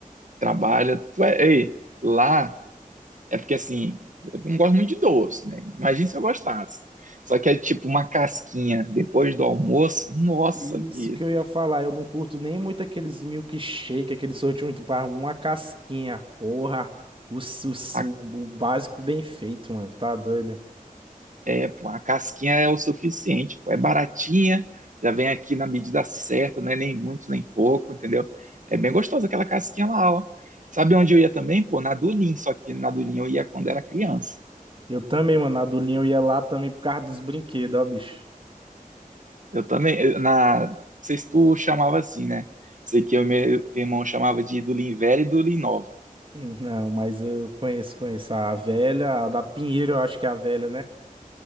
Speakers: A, on the right (about 60°); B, on the right (about 35°).
A: Trabalha. Tu é... Ei, lá é porque assim, eu não gosto muito de doce, né? Imagina se eu gostasse. Só que é tipo uma casquinha depois do almoço, nossa,
B: Isso
A: filho,
B: que eu ia falar, eu não curto nem muito aqueles milkshake, aqueles sorvete muito para uma casquinha, porra. O, su- su-
A: a
B: o básico bem feito, mano, tá doido?
A: É, pô, a casquinha é o suficiente, pô, é baratinha, já vem aqui na medida certa, não é nem muito nem pouco, entendeu? É bem gostosa aquela casquinha lá, ó. Sabe onde eu ia também? Pô, na Dulim, só que na Dulim eu ia quando era criança.
B: Eu também, mano, a do Linho eu ia lá também por causa dos brinquedos, ó, bicho.
A: Eu também, eu- na, não sei se tu chamava assim, né? Sei que eu e meu irmão chamava de Dulim velha e Dulim nova.
B: Não, mas eu conheço, conheço a velha, a da Pinheiro, eu acho que é a velha, né?